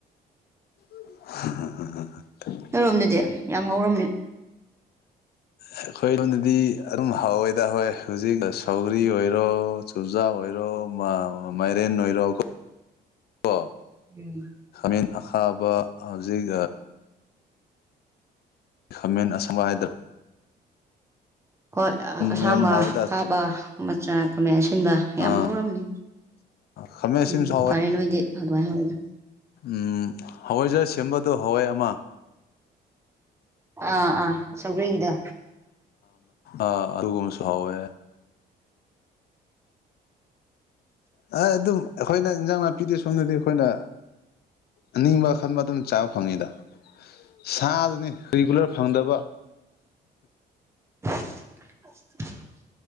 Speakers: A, on the left (about 70°); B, on the right (about 15°).
A: <inaudible>
B: ꯅꯔꯣꯝꯗꯗꯤ ꯌꯥꯝ ꯍꯧꯔꯝꯅꯤ
A: ꯑꯩꯈꯣꯏ ꯂꯣꯟꯗꯗꯤ ꯑꯗꯨꯝ ꯍꯥꯎꯋꯦꯗ ꯍꯦ ꯍꯧꯖꯤꯛ ꯁꯧꯒꯔꯤ ꯑꯣꯏꯔꯣ ꯆꯨꯖꯥꯛ ꯑꯣꯏꯔꯣ ꯑꯣ ꯃꯥꯏꯔꯦꯟ ꯅꯣꯏꯔꯣ ꯀꯣ
B: ꯎꯝ
A: ꯃꯦꯟ ꯑꯈꯥꯕ ꯍꯧꯖꯤꯛ ꯈꯃꯦꯟ ꯑꯁꯪꯕꯥꯥꯏꯗ꯭ꯔ
B: ꯍꯣꯏ ꯑꯁꯥꯡꯕ
A: ꯃꯌꯥꯝ ꯍꯥꯎꯋꯦꯗ
B: ꯑꯈꯥꯕ ꯃꯆꯥ ꯀꯃꯦꯟꯁ ꯁꯤꯤꯢꯟꯕ ꯌꯥꯝ
A: ꯑꯥ
B: ꯍꯧꯔꯝꯅꯤ
A: ꯈꯥꯃꯦꯟ ꯑꯁꯤꯟꯕꯁꯨ
B: ꯎꯝ ꯐꯔꯦ ꯅꯣꯏꯗꯤ ꯑꯗꯨꯃꯥꯏꯅ ꯍꯧꯋꯗ
A: ꯎ ꯍꯋꯥꯏꯖꯥ ꯁꯦꯝꯕꯗꯣ ꯍꯋꯥꯏ ꯑꯃ
B: ꯑꯥ ꯑꯥ ꯁꯒꯔꯤ ꯀꯤꯗ
A: ꯑ ꯑꯔꯨꯕꯨꯝ ꯁꯍꯕ ꯍ ꯑꯗꯨꯝ ꯑꯩꯈꯣꯏꯅ ꯏꯟꯖꯥꯡ ꯅꯥꯄꯤꯗꯤ ꯁꯣꯝꯗꯗꯤ ꯑꯩꯈꯣꯏꯅ ꯑꯅꯤꯡꯕ ꯈꯟꯕ ꯑꯗꯨꯝ ꯆꯥꯕ ꯐꯪꯉꯤꯗ ꯁꯥ ꯔꯤꯒꯨꯂꯔ ꯐꯪꯗꯕ
B: <unintelligible>